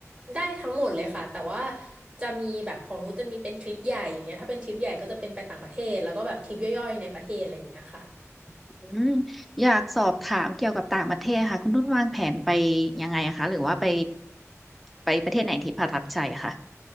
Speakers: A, on the right (about 20°); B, in the centre.
A: ได้ทั้งหมดเลยค่ะแต่ว่าจะมีแบบของนุ่นจะมีเป็นทริปใหญ่อย่างเงี้ยถ้าเป็นทริปใหญ่ก็จะเป็นไปต่างประเทศแล้วก็แบบทริปย่อยๆในประเทศอะไรอย่างเงี้ยค่ะ
B: อืมอยากสอบถามเกี่ยวกับต่างประเทศค่ะคุณนุ่นวางแผนไปยังไงอะคะหรือว่าไปไปประเทศไหนที่ประทับใจอะคะ